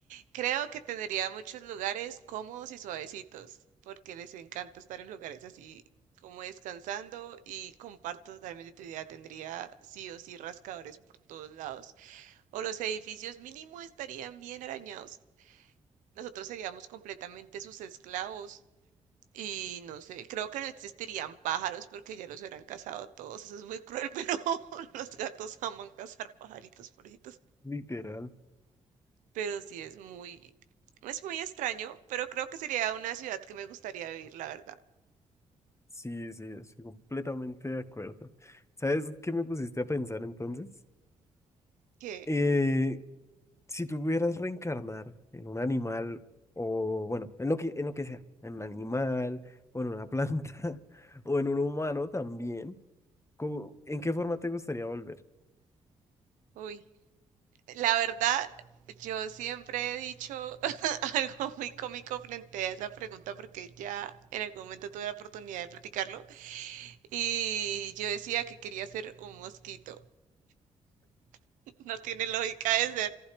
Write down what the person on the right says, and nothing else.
Creo que tendría muchos lugares cómodos y suavecitos, porque les encanta estar en lugares así como descansando y comparto totalmente tu idea, tendría sí o sí rascadores por todos lados. o los edificios mínimo estarían bien arañados. Nosotros seríamos completamente sus esclavos y no sé, creo que no existirían pájaros porque ya los hubieran cazado todos. Eso es muy cruel, pero <laughs> los gatos aman cazar pajaritos, pobrecitos.
Pero sí es muy, es muy extraño, pero creo que sería una ciudad que me gustaría vivir, la verdad.
Que,
uy, la verdad, yo siempre he dicho <laughs> algo muy cómico frente a esa pregunta porque ya en algún momento tuve la oportunidad de platicarlo Y yo decía que quería ser un mosquito. <laughs> No tiene lógica de ser.